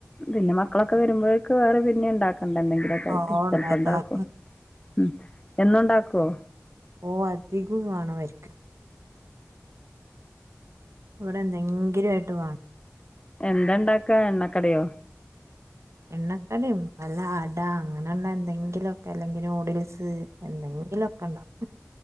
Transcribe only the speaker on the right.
ഓഹ് ഉണ്ടാക്കണം
ഓഹ് അധികുംവാണംവര്ക്ക് ഇവടെ എന്തെങ്കിലായിട്ട് വാണം
എണ്ണക്കടിം നല്ല അട അങ്ങനള്ള എന്തെങ്കിലൊക്കെ അല്ലെങ്കി നൂഡിൽസ് എന്തെങ്കിലൊക്കെണ്ടാക്കും